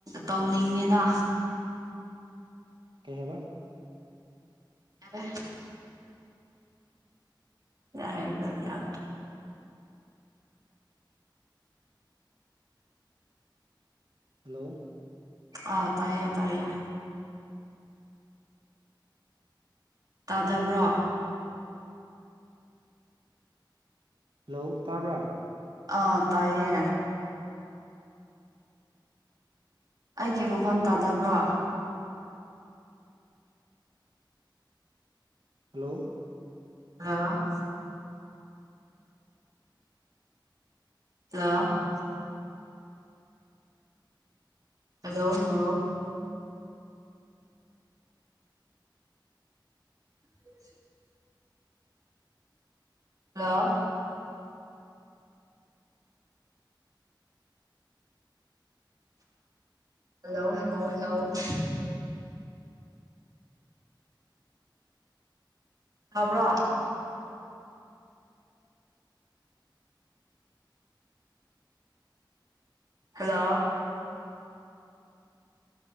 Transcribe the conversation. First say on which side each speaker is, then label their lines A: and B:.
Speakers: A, on the right (about 50°); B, on the right (about 80°).
A: ꯇꯧꯅꯤꯡꯉꯤꯅ
B: ꯀꯩꯍꯕ
A: ꯌꯥꯔꯦ ꯌꯥꯍꯦꯒ ꯌꯥ
B: ꯍꯜꯂꯣ
A: ꯑꯥ ꯇꯥꯏꯌꯦꯦ ꯇꯥꯏꯌꯦꯦ ꯇꯥꯗꯕ꯭ꯔꯣ
B: ꯍꯜꯂꯣ ꯇꯥꯕ꯭ꯔꯥ
A: ꯑꯥ ꯇꯥꯏꯌꯦ ꯑꯩꯒꯤꯦꯕꯨꯣ ꯐꯣꯟ ꯇꯥꯗꯕ꯭ꯔꯣ
B: ꯍꯜꯂꯣ
A: ꯑ ꯑ hello hello <unintelligible> hello hello hello hello ꯈꯕ꯭ꯔꯣ ꯍꯜꯂꯣ